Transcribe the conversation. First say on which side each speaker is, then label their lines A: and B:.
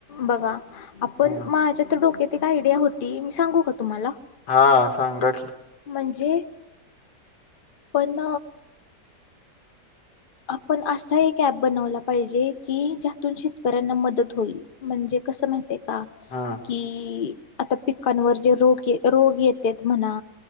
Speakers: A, on the left; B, on the left.
A: बघा. आपण
B: हम्म
A: माझ्या तर डोक्यात एक आयडिया होती मी सांगू का तुम्हाला?
B: हा सांगा की?
A: म्हणजे? पण आपण असा एक ऍप बनवला पाहिजे की ज्यातून शेतकऱ्यांना मदत होईल. म्हणजे कसं माहतीय का?
B: हा
A: कि आता पिकांवर जे रोग रोग येतेत म्हणा